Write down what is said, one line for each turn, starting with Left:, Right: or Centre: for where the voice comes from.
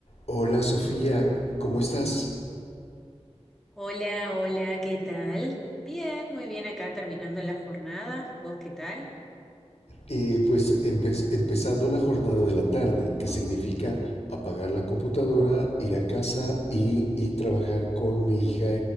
Left: Hola Sofía, ¿cómo estás?
Centre: Hola, hola, ¿qué tal? Bien, muy bien acá terminando la jornada. ¿Vos qué tal?
Left: Eh, pues empe- empezando la jornada de la tarde, que significa apagar la computadora, ir a casa y, y trabajar con mi hija